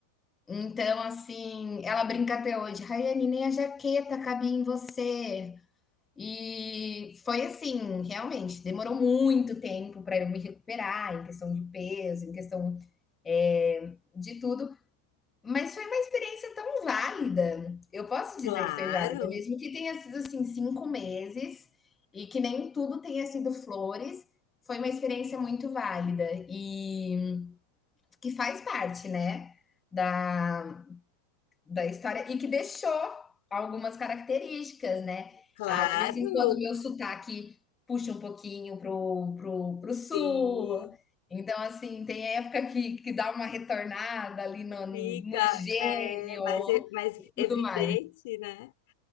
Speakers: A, on the left; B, on the left.
A: Então, assim, ela brinca até hoje, Rayane, nem a jaqueta cabia em você. E foi assim, realmente, demorou muito tempo para eu me recuperar em questão de peso, em questão é, de tudo. Mas foi uma experiência tão válida. Eu posso dizer
B: Claro,
A: que foi válida, mesmo que tenha sido assim cinco meses e que nem tudo tenha sido flores. Foi uma experiência muito válida e que faz parte, né, da, da história e que deixou algumas características, né?
B: claro,
A: Ah, de vez em quando o meu sotaque puxa um pouquinho pro, pro, pro
B: sim,
A: sul. Então, assim, tem época que, que dá uma retornada ali no, no
B: fica
A: gênio
B: é, mais, e- mais
A: e
B: evidente,
A: tudo mais.
B: né?